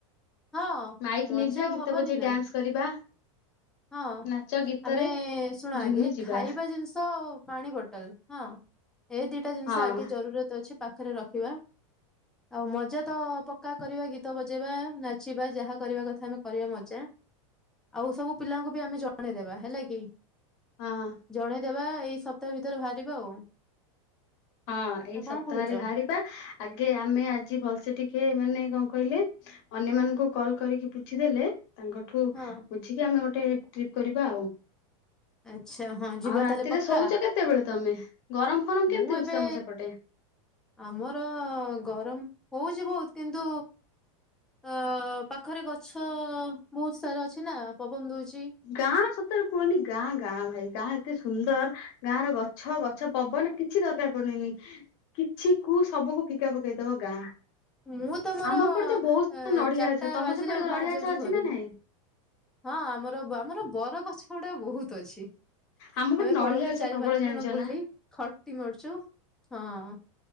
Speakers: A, in the centre; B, on the left (about 45°).
A: ହଁ
B: ମାଇକି
A: ମଜା
B: ନେଇଯିବା
A: ଆଉ
B: ଗୀତ
A: ହବନି
B: ବଜେଇ
A: ନା।
B: ଡ୍ୟାନ୍ସ କରିବା
A: ହଁ
B: ନାଚ ଗୀତରେ
A: ଆମେ ଶୁଣ ଆଗେ
B: ଝୁମିଯିବା
A: ଖାଇବା ଜିନିଷ, ପାଣି ବୋଟଲ ହଁ ଏଇ ଦିଟା ଜିନିଷ
B: ହଁ
A: ଆଗେ ଜରୁରତ ଅଛି। ପାଖରେ ରଖିବା। ଆଉ ମଜା ତ ପକ୍କା କରିବା ଗୀତ ବଜେଇବା, ନାଚିବା ଯାହା କରିବା କଥା ଆମେ କରିବା ମଜା। ଆଉ ସବୁ ପିଲାଙ୍କୁ ବି ଆମେ ଜଣେଇଦେବା ହେଲା କି?
B: ହଁ।
A: ଜଣେଇଦେବା ଏଇ ସପ୍ତାହ ଭିତରେ ବାହାରିବା ଆଉ।
B: ହଁ ଏଇ
A: ଆଉ
B: ସପ୍ତାହରେ
A: କଣ କହୁଛ
B: ଭାରିବା ଆଗେ ଆମେ ଆଜି ଭଲସେ ଟିକେ ମାନେ କଣ କହିଲେ ଅନ୍ୟମାନଙ୍କୁ କଲ କରିକି ବୁଝିଦେଲେ ତାଙ୍କଠୁ
A: ହଁ
B: ବୁଝିକି ଆମେ ଗୋଟେ ଟ୍ରିପ୍ କରିବା ଆଉ।
A: ଆଚ୍ଛା ହଁ ଯିବା
B: ଆଉ ରାତିରେ
A: ତାହେଲେ ପକ୍କା
B: ଶୋଉଚ କେତେବେଳେ ତମେ, ଗରମ ଫରମ କେମତି
A: ମୁଁ
B: ହଉଚି
A: ଏବେ
B: ତମ ସେପଟେ?
A: ଆମର ଗରମ ହଉଚି ବୋହୁତ୍ କିନ୍ତୁ ଅ ପାଖରେ ଗଛ ବହୁତ୍ ସାରା ଅଛି ନା ପବନ ଦଉଚି।
B: ଗାଁ ସତରେ କୁହନି ଗାଁ ଗାଁ ଭାଇ। ଗାଁ ଏତେ ସୁନ୍ଦର ଗାଁ ର ଗଛ ଗ ଗଛ ପବନ କିଛି ଦରକାର ପଡୁନନି କିଛି କୁ ସବୁକୁ ଫିକା ପକେଇଦବ ଗାଁ।
A: ମୁଁ ତ ମୋର
B: ଆମ ଏପଟେ ତ ବହୁତ୍ ସାରା
A: ଅ
B: ନଡିଆ
A: ଚାରିଟା
B: ଗଛ। ତମ
A: ବାଜିଲେ
B: ସେପଟେ ନଡିଆ
A: ବାହାରି ଯାଉଛି
B: ଗଛ ଅଛି
A: ଘରୁ।
B: ନା ନାଇଁ?
A: ହଁ ଆମର ଆମର ବର ଗଛ ଗୁଡା ବହୁତ୍ ଅଛି।
B: ଆମ ପଟେ
A: ଆମେ ପଳଉଚୁ
B: ନଡିଆ ଗଛ
A: ଚାରି
B: ପ୍ରବଳ
A: ପାଞ୍ଚ
B: ଜାଣିଛ
A: ଜଣ ବୁଲି
B: ନା?
A: ଖଟି ମାରୁଚୁ। ହଁ।